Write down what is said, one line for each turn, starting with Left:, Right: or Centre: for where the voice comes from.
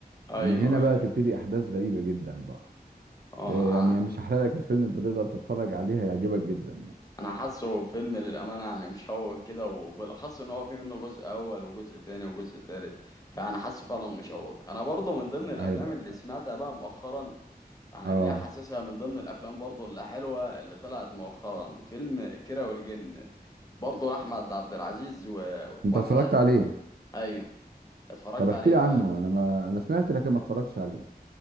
Left: ايوه
Right: ومن هنا بقى
Left: ايوه
Right: تبتدي احداث غريبه جدا بقى
Left: اه
Right: آه،
Left: آه.
Right: يعني مش هحرق لك الفيلم انت تقدر تتفرج عليه هيعجبك جدا يعني
Left: انا حاسه فيلم للامانه يعني مشوق كده وبالاخص ان هو في منه جزء اول وجزء تاني وجزء تالت فانا حاسه فعلا مشوق انا برضه من ضمن الافلام
Right: هيبقى
Left: اللي سمعتها بقى مؤخرا يعني
Right: اه
Left: اللي هي حاسسها من ضمن الافلام برضه اللي حلوه اللي طلعت مؤخرا فيلم كيرة والجن برضه لاحمد عبد العزيز و...
Right: انت
Left: واحمد
Right: اتفرجت
Left: عز
Right: عليه
Left: ايوه اتفرجت
Right: طب احكي
Left: عليه
Right: لي
Left: فعلا
Right: عنه انا ما انا سمعت لكن ما اتفرجتش عليه